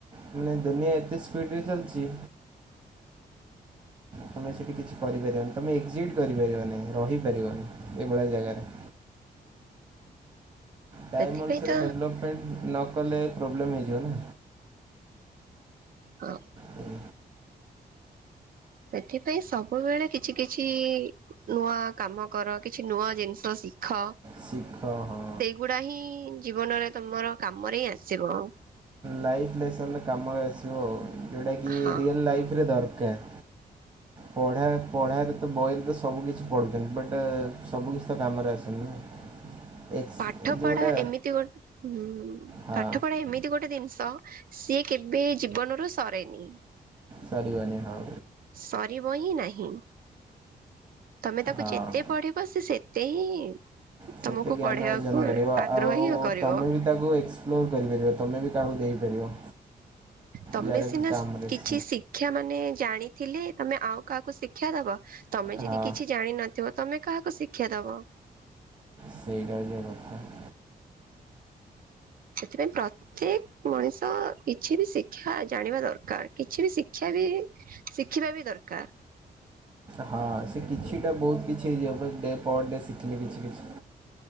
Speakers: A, on the right; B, on the right.
A: ମାନେ ଦୁନିଆ ଏତେ ସ୍ପିଡରେ ଚାଲିଛି। ତମେ ସେଠି କିଛି କରିପାରିବନି ତମେ ଏକ୍ଜିଟ୍ କରିପାରିବନି ରହିପାରିବନି ଏଭଳିଆ ଜାଗାରେ। ଡାଇମ
B: ସେଥିପାଇଁ
A: ଅନୁସାରେ
B: ତ
A: ଡେଭଲପମେଣ୍ଟ ନ କଲେ ପ୍ରୋବ୍ଲେମ୍ ହେଇଯିବ ନା?
B: ହଁ।
A: ହୁଁ
B: ଏଥିପାଇଁ ସବୁବେଳେ କିଛି କିଛି ନୂଆ କାମ କର କିଛି ନୂଆ ଜିନିଷ ଶିଖ।
A: ଶିଖ ହଁ।
B: ଗୁଡା ହିଁ ଜୀବନରେ ତମର କାମରେ ହିଁ ଆସିବ।
A: ଲାଇଫ ଲେସନ କାମରେ ଆସିବ ଆ ଯୋଉଟାକି
B: ହଁ
A: ରିଅଲ ଲାଇଫରେ ଦରକାର। ପଢ଼ା ପଢାରେ ତ ବହିରେ ତ ସବୁ କିିଛି ପଢ଼ୁଛନ୍ତି ବଟ୍ ସବୁ କିିଛି ତ କାମରେ ଆସେନି ନା। ଏକ୍ସ
B: ପାଠ
A: ଯୋଉଟା
B: ପଢା ଏମିତି ଗୋଟେ ହଁ
A: ହଁ
B: ପାଠ ପଢା ଏମିତି ଗୋଟେ ଜିନିଷ। ସିଏ କେବେ ଜୀବନରୁ ସରେନି
A: କରିବାନି ହଁ।
B: ସରିବ ହିଁ ନାହିଁ ତମେ ତାକୁ
A: ହଁ।
B: ଯେତେ ପଢିବ ସେ ତେ ହିଁ।
A: ସେତେ
B: ତମକୁ
A: ଜ୍ଞାନ
B: ପଢେଇବାକୁ
A: ଅର୍ଜନ କରିବ
B: ଆଗ୍ରହ
A: ଆଉ
B: ହିଁ କରିବ
A: ତମେ ବି ତାକୁ ଏକ୍ସପ୍ଲୋର କରିପାରିବ ତମେ ବି କାହାକୁ ଦେଇପାରିବ
B: ତମେ
A: ଯାହାରକି
B: ସିନା
A: କାମରେ
B: କିଛି
A: ଆସ୍
B: ଶିକ୍ଷା ମାନେ ଜାଣିଥିଲେ ତମେ ଆଉ କାହାକୁ ଶିକ୍ଷା ଦବ ତମେ ଯଦି
A: ହଁ
B: କିଛି ଜାଣିନ ଥିବ ତମେ କାହାକୁ ଶିକ୍ଷା ଦବ?
A: ସେଇଟା <inaudible>
B: ସେଥିପାଇଁ ପ୍ର ପ୍ରତେକ ମଣିଷ କିଛି ବି ଶିକ୍ଷା ଜାଣିବା ଦରକାର କିଛି ବି ଶିକ୍ଷା ବି ଶିଖିବା ବି ଦରକାର।
A: ହଁ ସେ କିଛିଟା ବହୁତ କିଛି ହେଇଯିବ ଡେ ପର ଡେ ଶିଖିଲି କିଛି କିଛି